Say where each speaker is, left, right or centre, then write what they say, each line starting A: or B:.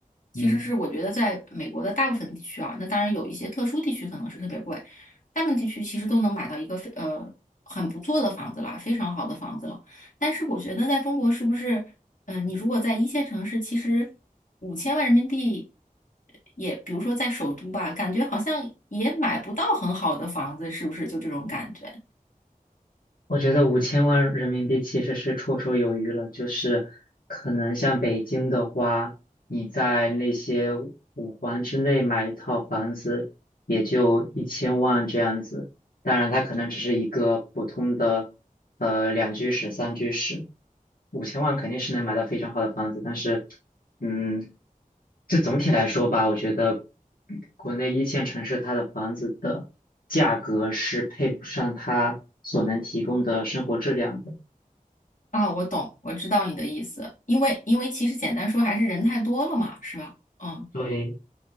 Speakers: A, on the left; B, on the left.
A: 其实是我觉得在美国的大部分地区啊，
B: 嗯。
A: 那当然有一些特殊地区可能是特别贵，大部分地区其实都能买到一个非呃很不错的房子了，非常好的房子了。但是我觉得在中国是不是？嗯，呃你如果在一线城市，其实五千万人民币也，比如说在首都吧，感觉好像也买不到很好的房子，是不是？就这种感觉
B: 我觉得五千万人民币其实是绰绰有余了，就是可能像北京的话，你在那些五环之内买一套房子，也就一千万这样子。当然它可能只是一个普通的呃两居室、三居室，五千万肯定是能买到非常好的房子，但是嗯，这总体来说吧，我觉得国内一线城市它的房子的价格是配不上它所能提供的生活质量的。
A: 啊，我懂，我知道你的意思，因为因为其实简单说还是人太多了嘛，是吧？嗯
B: 对，